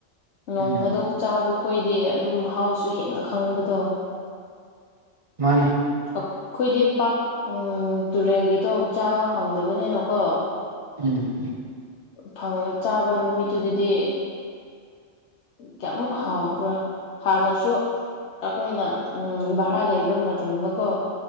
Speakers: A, on the left (about 65°); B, on the right (about 35°).
A: ꯅꯣꯡ
B: ꯎꯝ
A: ꯐꯥꯗꯣꯛ ꯆꯥꯕ ꯈꯣꯏꯗꯦ ꯑꯗꯨꯝ ꯃꯍꯥꯎꯁꯨ ꯍꯦꯟꯅ ꯈꯪꯕꯗꯣ
B: ꯃꯥꯅꯦ
A: ꯑꯩꯈꯣꯏꯗꯤ ꯄꯥꯛ ꯎ ꯇꯨꯔꯦꯜꯒꯤ ꯑꯇꯣꯞ ꯆꯥꯕ ꯐꯪꯗꯕꯅꯤꯅꯀꯣ
B: ꯎꯝ
A: ꯑꯁꯪ ꯆꯥꯕ ꯅꯨꯃꯤꯠꯇꯨꯗꯗꯤ ꯀꯌꯥꯃꯨꯛ ꯍꯥꯎꯕ꯭ꯔꯥ ꯍꯥꯟꯅꯁꯨ ꯑꯩꯈꯣꯏꯅ ꯚꯔꯥ ꯂꯩꯕ ꯃꯇꯝꯗꯀꯣ